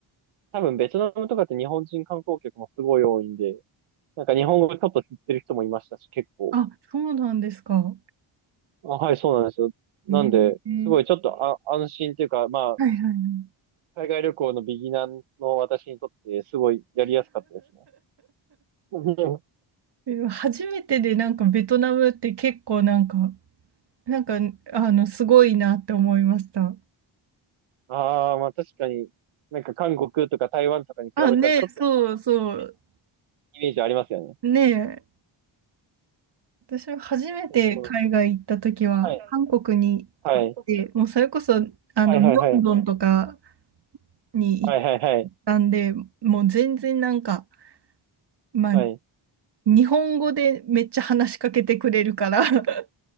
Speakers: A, on the right; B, on the right.
A: 多分ベトナムとかって日本人観光客もすごい多いんで、なんか日本語ちょっと知ってる人もいましたし、結構。
B: あ、そうなんですか。
A: あ、はい、そうなんですよ。なんで、
B: えー、
A: すごいちょっとあ安心というか、まあ、
B: はいはいはい。
A: 海外旅行のビギナーの私にとって、すごいやりやすかったですね。<laughs>
B: <laughs> 初めてでなんかベトナムって結構なんかなんか、あの、すごいなって思いました。
A: ああ、まあ確かに、なんか韓国とか台湾とかに比べたらちょっと
B: あ、ねえ、そうそう、
A: イメージありますよね。
B: ねえ、私も初めて海外行った時は、
A: なんかその、はい
B: 韓国に行って、
A: はい
B: もうそれこそ、あの、
A: はいはいはいはい
B: ミョンドンとかに行っ
A: はいはい
B: たんで、もう全然なんか、まあ、
A: はい。
B: 日本語でめっちゃ話しかけてくれるから、<laughs>